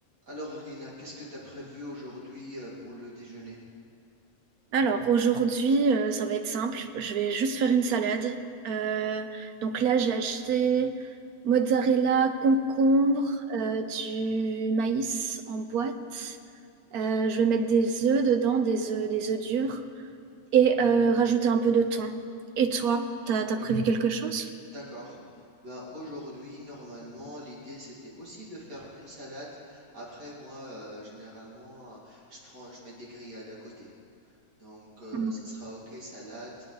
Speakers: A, on the right; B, on the right.
A: Alors, Irina, qu'est-ce que tu as prévu aujourd'hui euh, pour le déjeuner?
B: Alors aujourd'hui, euh, ça va être simple. Je vais juste faire une salade. Euh, donc là, j'ai acheté mozzarella, concombre, euh, du maïs en boîte. Euh, je vais mettre des œufs dedans, des œufs, des œufs durs, et euh, rajouter un peu de thon. Et toi, t'as,
A: D'ac-
B: t'as prévu quelque chose?
A: D'accord. Ben aujourd'hui, normalement, l'idée c'était aussi de faire une salade. Après, moi, euh, généralement, euh, je prends, je mets des grillades à côté. Donc, euh,
B: Mm.
A: ce sera OK, salade,